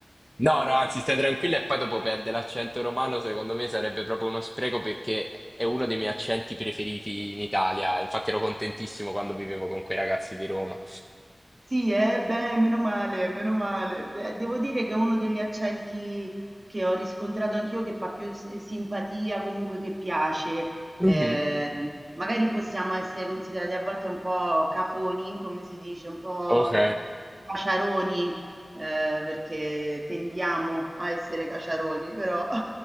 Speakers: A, in the centre; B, on the right (about 45°).
A: No, no, anzi, stai tranquilla e poi dopo perde l'accento romano, secondo me sarebbe proprio uno spreco perché è uno dei miei accenti preferiti in Italia. Infatti ero contentissimo quando vivevo con quei ragazzi di Roma.
B: Sì, eh, beh, meno male, meno male. De- Devo dire che è uno degli accenti che ho riscontrato anch'io che fa più s- simpatia, comunque che piace.
A: Mhm,
B: Eh, magari possiamo essere considerati a volte un po' cafoni, come si dice, un po'
A: Ok,
B: caciaroni, eh, perché tendiamo a essere caciaroni, però <laughs>